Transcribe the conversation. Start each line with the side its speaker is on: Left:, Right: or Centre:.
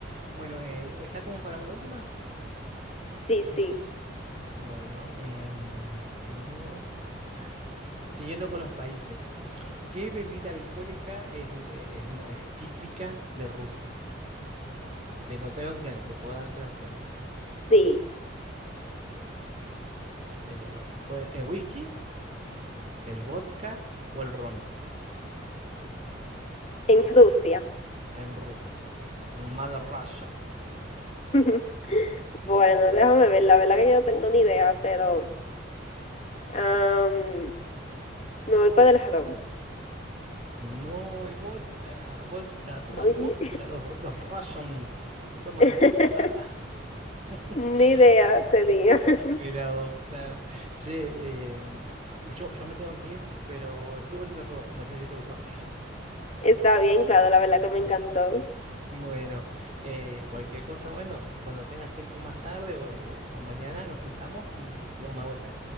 Right: Bueno, eh, ¿está como para una última?
Left: Sí, sí,
Right: Bueno, em, siguiendo con los países, ¿qué bebida alcohólica es, es ma- es típica de Rusia? Tengo tres opciones, te puedo dar tres opciones.
Left: sí,
Right: Eh, pues, el whisky, el vodka o el ron
Left: en Rusia.
Right: en Rusia, en Mother Russia.
Left: <laughs> Bueno, déjame ver, la verdad que yo no tengo ni idea, pero am, me voy para el jarón.
Right: No, el vodka, vodka, toman
Left: Oye,
Right: vodka, los, los Russians toman
Left: <laughs>
Right: vodka. <laughs>
Left: ni idea tenía. <laughs>
Right: Mira vos, claro. Che, em, yo, yo me tengo que ir, pero estuvo lindo el juego, no sé si te gustó.
Left: Está bien, claro, la verdad que me encantó.
Right: Bueno, eh, cualquier cosa, bueno, si cuando tengas tiempo más tarde o, o o mañana nos juntamos y jugamos de vuelta.